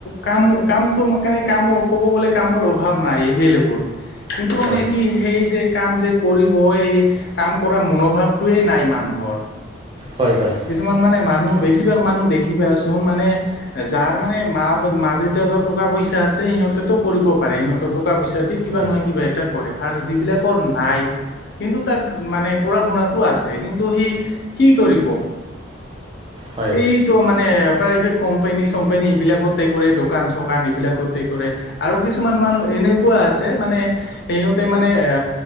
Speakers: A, on the left; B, on the right.
A: কাম কামটো ম ণ কামৰ ক'ব গ'লে কামৰ অভাৱ নাই এভলেবল কিন্তু মানে
B: হয়
A: কি সেই যে কাম যে কৰিব এই কাম কৰা মনোভাৱটোৱেই নাই মানুহৰ।
B: হয় হয়
A: কিছুমান মানে মা মানুহ বেছিভাগ মানুহ দেখিবাচোন মানে যাৰ মানে মা মা দেউতাকৰ টকা পইচা আছ সিহঁতেটো কৰিব পাৰে সিহঁতৰ টকা পইচা দি কিবা
B: হয়
A: নহয় কিবা এটা কৰে আৰু যিবিলাকৰ নাই, কিন্তু তাৰ মানে পঢ়া শুনাটো আছে কিন্তু সি কি কৰিব?
B: হয়
A: এইটো মানে প্ৰাইভেট কোম্পানী চোম্পানী এইবিলাকতে কৰে দোকান চোকান এইবিলাকতে কৰে আৰু কিছুমান মানুহ তেনেকুৱা আছে মানে সিহঁতে মানে এ